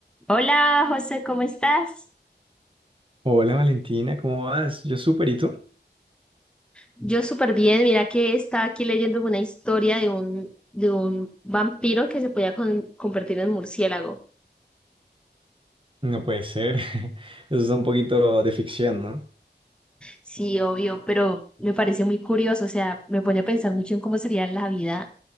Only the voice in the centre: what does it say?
Hola José, ¿cómo estás?
Yo súper bien, mira que estaba aquí leyendo una historia de un, de un vampiro que se podía con- convertir en murciélago.
Sí, obvio, pero me parece muy curioso, o sea, me pone a pensar mucho en cómo sería la vida,